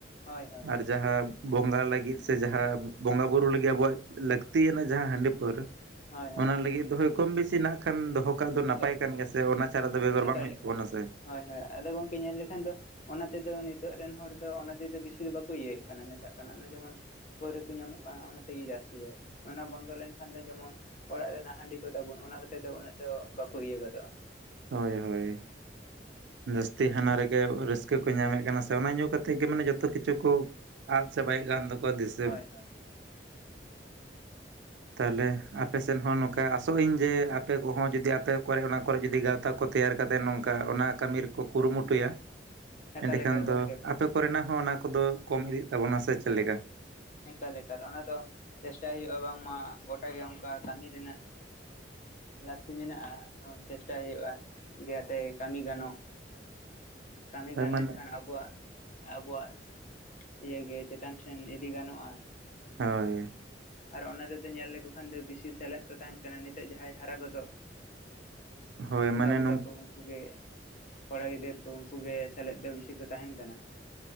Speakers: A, on the left; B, on the right.
A: ᱦᱳᱭ ᱦᱳᱭ
B: ᱟᱨ ᱡᱟᱦᱟᱸ ᱵᱚᱸᱜᱟ ᱞᱟᱹᱜᱤᱫ ᱥᱮ ᱡᱟᱦᱟᱸ ᱵᱚᱸᱜᱟ ᱵᱩᱨᱩ ᱞᱟᱹᱜᱤᱫ ᱟᱵᱚᱣᱟᱜ ᱞᱟᱹᱠᱛᱤᱭᱟᱱᱟᱜ ᱡᱟᱦᱟᱸ ᱦᱟᱺᱰᱤ ᱯᱟᱹᱣᱨᱟᱹ
A: ᱦᱳᱭ ᱦᱳᱭ
B: ᱚᱱᱟ ᱞᱟᱹᱜᱤᱫ ᱫᱚ ᱦᱳᱭ ᱠᱚᱢ ᱵᱮᱥᱤ ᱱᱟᱜ ᱠᱷᱟᱱ ᱫᱚᱦᱚ ᱠᱟᱜ ᱫᱚ ᱱᱟᱯᱟᱭ
A: ᱮᱠᱟᱞ
B: ᱠᱟᱱ ᱜᱮᱭᱟ ᱥᱮ ᱚᱱᱟ ᱪᱷᱟᱲᱟ ᱫᱚ ᱵᱮᱜᱚᱨ
A: ᱮᱠᱟᱞ
B: ᱵᱟᱝ ᱦᱩᱭᱩᱜ ᱛᱟᱵᱚᱱᱟ ᱥᱮ
A: ᱦᱳᱭ ᱦᱳᱭ ᱟᱫᱚ ᱜᱚᱝᱠᱮ ᱧᱮᱞ ᱞᱮᱠᱷᱟᱱ ᱫᱚ ᱚᱱᱟ ᱛᱮᱫᱚ ᱱᱤᱛᱚᱜ ᱨᱮᱱ ᱦᱚᱲ ᱫᱚ ᱚᱱᱟ ᱛᱮᱫᱚ ᱵᱮᱥᱤ ᱫᱚ ᱵᱟᱠᱚ ᱤᱭᱟᱹᱭᱮᱫ ᱠᱟᱱᱟ ᱱᱮᱥᱟᱜ ᱠᱟᱱᱟ ᱚᱱᱮ ᱡᱮᱢᱚᱱ ᱯᱟᱹᱣᱨᱟᱹ ᱠᱚ ᱧᱟᱢᱚᱜ ᱠᱟᱱᱟ ᱚᱱᱟ ᱛᱮᱜᱮ ᱡᱟᱹᱥᱛᱤ ᱫᱚ ᱚᱱᱟ ᱵᱚᱱᱫᱚ ᱞᱮᱱᱠᱷᱟᱱ ᱫᱚ ᱡᱮᱢᱚᱱ ᱚᱲᱟᱜ ᱨᱮᱱᱟᱜ ᱦᱟᱺᱰᱤ ᱠᱚᱛᱟᱵᱚᱱ ᱚᱱᱟᱛᱮ ᱫᱚ ᱩᱱᱟᱹᱜ ᱫᱚ ᱵᱟᱠᱚ ᱤᱭᱟᱹ ᱜᱚᱫᱚᱜᱼᱟ
B: ᱦᱳᱭ ᱦᱳᱭ ᱡᱟᱹᱥᱛᱤ ᱚᱱᱟ ᱨᱮᱜᱮ ᱨᱟᱹᱥᱠᱟᱹ ᱠᱚ ᱧᱟᱢᱮᱫ ᱠᱟᱱᱟ ᱥᱮ ᱚᱱᱟ ᱧᱩᱸ ᱠᱟᱛᱮ ᱜᱮ ᱢᱟᱱᱮ ᱡᱚᱛᱚ ᱠᱤᱪᱷᱩ ᱠᱚ ᱟᱫ ᱪᱟᱵᱟᱭᱮᱫ ᱠᱟᱱ ᱠᱚ ᱫᱤᱥᱟᱹ
A: ᱦᱳᱭ ᱦᱳᱭ
B: ᱛᱟᱦᱚᱞᱮ ᱟᱯᱮᱥᱮᱫ ᱦᱚᱸ ᱱᱚᱝᱠᱟ ᱟᱥᱚᱜ ᱟᱹᱧ ᱡᱮ ᱟᱯᱮ ᱠᱚᱦᱚᱸ ᱡᱩᱫᱤ ᱟᱯᱮ ᱠᱚᱨᱮ ᱚᱱᱟ ᱠᱚᱨᱮ ᱡᱩᱫᱤ ᱜᱟ ᱜᱟᱶᱛᱟ ᱠᱚ ᱛᱮᱭᱟᱨ ᱠᱟᱛᱮᱫ ᱱᱚᱝᱠᱟ ᱚᱱᱟ ᱠᱟᱹᱢᱤ ᱨᱮᱠᱚ ᱠᱩᱨᱩᱢᱩᱴᱩᱭᱟ
A: ᱮᱠᱟᱞ
B: ᱮᱸᱰᱮᱠᱷᱟᱱ
A: ᱮᱠᱟᱞ
B: ᱫᱚ
A: ᱜᱚᱝᱠᱮ
B: ᱟᱯᱮ ᱠᱚᱨᱮᱱᱟᱜ ᱦᱚᱸ ᱚᱱᱟ ᱠᱚᱫᱚ ᱠᱚᱢ ᱤᱫᱤᱜ ᱛᱟᱵᱚᱱᱟ ᱥᱮ ᱪᱮᱫ ᱞᱮᱠᱟ
A: ᱮᱠᱟᱞ ᱮᱠᱟᱞ ᱚᱱᱟ ᱫᱚ ᱪᱮᱥᱴᱟᱭ ᱦᱩᱭᱩᱜᱼᱟ ᱵᱟᱝᱢᱟ ᱜᱚᱴᱟ ᱜᱮ ᱚᱱᱠᱟ ᱠᱟᱹᱢᱤ ᱨᱮᱱᱟᱜ ᱞᱟᱹᱠᱛᱤ ᱢᱮᱱᱟᱜᱼᱟ ᱪᱮᱥᱴᱟᱭ ᱦᱩᱭᱩᱜᱼᱟ ᱡᱟᱛᱮ ᱠᱟᱹᱢᱤ ᱜᱟᱱᱚᱜ ᱠᱟᱹᱢᱤ
B: ᱦᱳᱭ
A: ᱜᱟᱱ
B: ᱢᱟᱱᱮ
A: ᱞᱮᱱᱠᱷᱟᱱ ᱟᱵᱚᱣᱟᱜ ᱟᱵᱚᱣᱟᱜ ᱤᱭᱮ ᱜᱮ ᱪᱮᱛᱟᱱ ᱥᱮᱱ ᱤᱫᱤ ᱜᱟᱱᱚᱜᱼᱟ
B: ᱦᱳᱭ
A: ᱟᱨ ᱚᱱᱟ ᱨᱮᱫᱚ ᱧᱮᱞ ᱞᱮᱠᱚ ᱠᱷᱟᱱ ᱫᱚ ᱵᱮᱥᱤ ᱥᱮᱞᱮᱫ ᱠᱚ ᱛᱟᱦᱮᱸᱱ ᱠᱟᱱᱟ ᱱᱤᱛᱚᱜ ᱡᱟᱦᱟᱸᱭ ᱦᱟᱨᱟ ᱜᱚᱫᱚᱜ
B: ᱦᱳᱭ ᱢᱟᱱᱮ
A: ᱵᱟᱹᱵᱩ
B: ᱱᱚᱝ
A: ᱛᱟᱠᱚ ᱩᱱᱠᱩ ᱜᱮ ᱠᱚᱲᱟ ᱜᱤᱫᱟᱹᱨ ᱠᱚ ᱩᱱᱠᱩ ᱜᱮ ᱥᱮᱞᱮᱫ ᱫᱚ ᱵᱤᱥᱤ ᱠᱚ ᱛᱟᱦᱮᱸᱱ ᱠᱟᱱᱟ